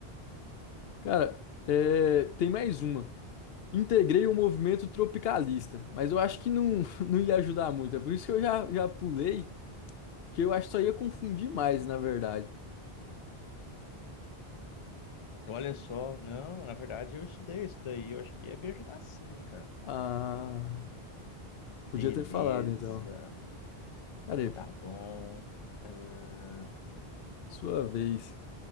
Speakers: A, on the left (about 75°); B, on the left (about 40°).
A: Cara, é, tem mais uma. Integrei o movimento tropicalista, mas eu acho que não, <laughs> não ia ajudar muito. É por isso que eu já, já pulei, porque eu acho que só ia confundir mais, na verdade.
B: Olha só, não, na verdade eu estudei isso daí, eu acho que ia me ajudar sim, cara.
A: Ah, podia
B: Beleza,
A: ter falado então. Cara,
B: tá bom. Ahn,
A: sua vez.